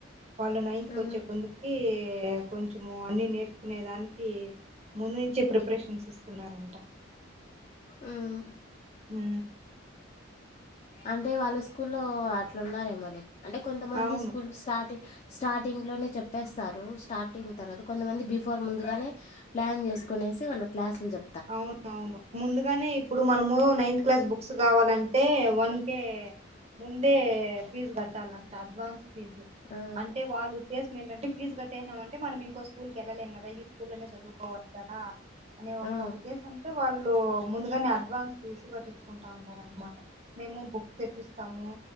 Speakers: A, on the right (about 30°); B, on the left (about 30°).
A: వాళ్ళు నైన్త్
B: ఉమ్
A: క వచ్చే కొందుకి కొంచము అన్ని నేర్ుకునే దానికి ముందు నుంచే ప్రిపరేషన్స్ స్తున్నారంట
B: ఉమ్
A: ఉ
B: అంటే వాళ్ళ స్కూల్లో అట్లున్నారు ఏమోలే అంటే కొంతమంది
A: అవును
B: స్కూల్ స్టార్ట్ స్టార్టింగ్ లోనే చెప్పేస్తారు స్టార్టింగ్ తర్వాత కొంతమంది బిఫోర్ ముందుగానే ప్లాన్ చేసుకునేసి వాళ్ళు క్లాసులు చెారు
A: అవును అవును ముందుగానే ఇప్పుడు మనము నైన్త్ క్లాస్ బుక్స్ కావాలంటే వన్ కే ముందే ఫీజ గట్టల అ అడ్వాన్స్ ఫీజు
B: ఆ
A: అంటే వాళ్ళు ఉద్దేశం ఏంటంటే ఫీజు కట్టేసినాం అంటే మనం ఇంకో స్కూల్ క వెళ్ళలేం కదా ఈ స్కూల్లోనే చదువుకోవచ్చదా అనే
B: ఆ
A: ఉద్దేశంతో వాళ్ళు ముందుగానే అడ్వాన్స్ ఫీజుగాట్టించుకుంటా ఉంటారనమాట మేము బుక్ తేప్ సము